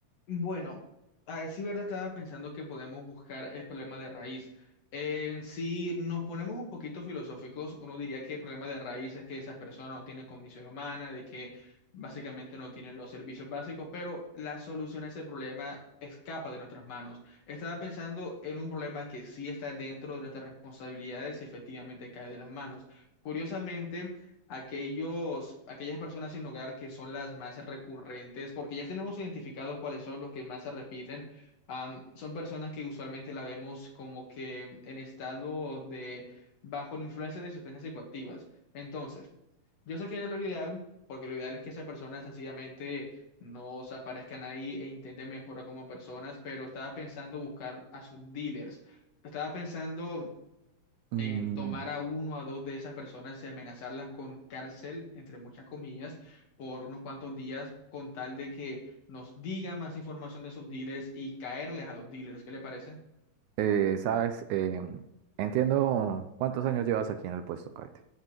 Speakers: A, on the left (about 60°); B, on the right (about 80°).
A: Bueno, a decir verdad, estaba pensando que podemos buscar el problema de raíz. Eh, si nos ponemos un poquito filosóficos, uno diría que el problema de raíz es que esas personas no tienen condición humana, de que básicamente no tienen los servicios básicos, pero la solución a ese problema escapa de nuestras manos. Estaba pensando en un problema que sí está dentro de nuestras responsabilidades y efectivamente cae de las manos. Curiosamente, aquellos, aquellas personas sin hogar que son las más recurrentes, porque ya tenemos identificados cuáles son los que más se repiten. Am, son personas que usualmente la vemos como que en estado de bajo la influencia de sustancias psicoactivas. Entonces, yo sé que no es lo ideal, porque lo ideal es que esas personas sencillamente no se aparezcan ahí e intenten mejorar como personas, pero estaba pensando buscar a sus dealers. Estaba pensando
B: Mm,
A: en tomar a uno o a dos de esas personas y amenazarlas con cárcel, entre muchas comillas, por unos cuantos días, con tal de que nos diga más información de sus dealers y caerles a los dealers. ¿Qué le parece?
B: eh, sabes, Em, entiendo cuántos años llevas aquí en el puesto, Kate.